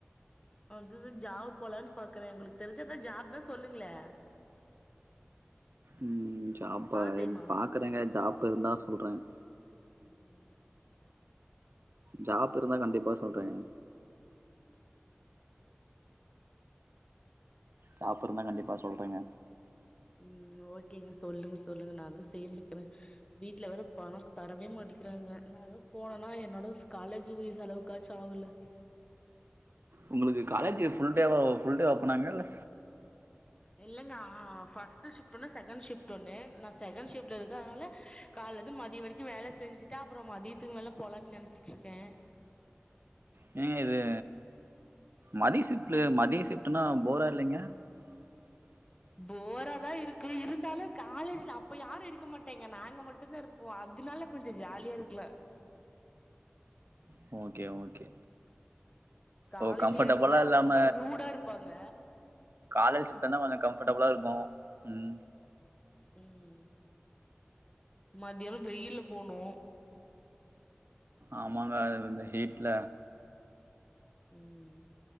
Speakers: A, on the left; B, on the right.
A: வந்தது ஜாப் போலனு பாக்குறேன் உங்களுக்கு தெரிஞ்சா எதான் ஜாப் தான் சொல்லுங்களேன்
B: உம் ஜாப்பா
A: பார்ட் டைமா
B: பாக்குறேங்க ஜாப் இருந்தா சொல்றேன்
A: உம்ம்மா
B: ஜாப் இருந்தா கண்டிப்பா சொல்றேங்க
A: <inaudible>
B: ஜாப் இருந்தா கண்டிப்பா சொல்றேங்க
A: உம் ஓகேங்க சொல்லுங்க சொல்லுங்க நான் அதான் சேர்ந்துக்கிறேன் வீட்ல வேற பணம் தரவே மாட்டேன் மாட்டேன்கிறாங்க நான் ஏதோ போனேனா என்னோட ஸ் காலேஜ் குரிய செலவுக்காச்சும் ஆகுல
B: உங்களுக்கு காலேஜ் ஃபுல்டே வா புல்டே ஓப்பனாங்க இல்ல
A: இல்லைங்க அ ஃபஸ்ட்டு ஷிஃப்ட் ஒன்னு செகண்ட் ஷிஃப்ட் ஒண்ணு நான் செகண்ட் ஷிஃப்டில் இருக்கன் அதனால காலயிலருந்து மதியம் வரைக்கும் வேலை செஞ்சுட்டு அப்புறம் மதியத்துக்கு மேல போலான்னு நினைச்சிட்டு இருக்கேன்
B: ஆ <inaudible> ஏங்க இது மதிய சிஃப்ட் மதிய சிஃப்ட்ன்னா போரா இல்லைங்க <inaudible>
A: போரா தான் இருக்கு இருந்தாலும் காலேஜ்ல அப்ப யாரும் இருக்க மாட்டேங்க நாங்க மட்டும்தான் இருப்போம் அது இதனால கொஞ்சம் ஜாலியா இருக்குல
B: ப்ச் ஓகே ஓகே
A: காலையில
B: ஓ கம்ஃபர்டபளா
A: இருந்தா
B: இல்லாம
A: ரொம்ப ரூடா இருப்பாங்க
B: காலயில சிஃப்ட் தான் கொஞ்சம் கம்பஃர்ட் பளா இருக்கும் உம்
A: உம் மத்தியானம் வெயில்ல போனும்
B: ஆமாங்க அது இந்த ஹீட்ல
A: உம்ம்